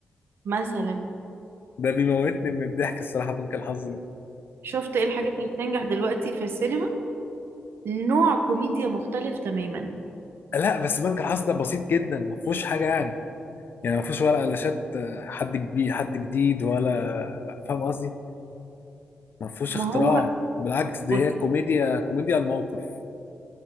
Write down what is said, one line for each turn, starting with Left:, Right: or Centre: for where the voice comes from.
Right: مثلا
Left: ده بيموتني من الضحك الصراحة بنك الحظ ده
Right: شفت ايه الحاجات اللي بتنجح دلوقتي في السينما نوع كوميديا مختلف تماما
Left: لا بس بنك الحظ ده بسيط جدا ما فيهوش حاجة يعني يعني ما فيهوش ولا قلاشات آه، حد كبير حد جديد ولا فاهم قصدي ما فيهوش
Right: ما
Left: اختراع
Right: هو
Left: بالعكس دي
Right: بص
Left: هي كوميديا كوميديا الموقف